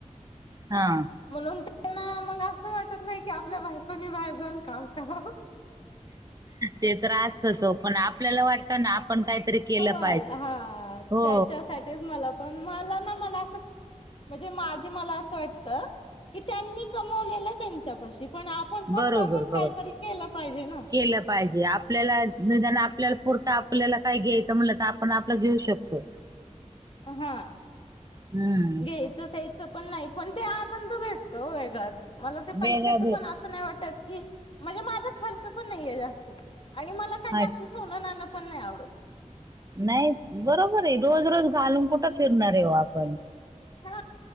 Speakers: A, on the right (about 30°); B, on the left (about 45°).
A: हा,
B: म्हणून त्यांना मग असं वाटत नाही की, आपल्या बायकोनी बाहेर जाऊन काम करावं.
A: ते तर असतंच ओ, पण आपल्याला वाटतं ना आपण काहीतरी केलं पाहिजे.
B: प हा
A: हो
B: त्यांच्यासाठीच मला पण मला ना मला असं म्हणजे माझे मला असं वाटत की त्यांनी कमवलेलं त्यांच्यापाशी पण आ- आपण स्वतः
A: बरोबर
B: पण
A: बरोबर
B: काहीतरी केलं पाहिजे ना.
A: केलं पाहिजे आपल्याला निदान आपल्याला पुरंत आपल्याला काय घ्यायचं म्हटलं तर आपण आपलं घेऊ शकतो.
B: हा हा
A: हम्म
B: त्याचं पण नाही पण ते आनंद भेटत ओ वेगलाच मला ते पैशाच
A: वेगळ्या भे
B: पण, असं नाही वाटत की म्हणजे माझ खर्च पण नाहीये जास्ती आणि मला- काय
A: अच्छा!
B: जास्ती सोनं नाण पण नाही आवडतं ‌.
A: नाही बरोबर आहे. रोज रोज घालून कुठं फिरणार आहे हो आपण
B: हा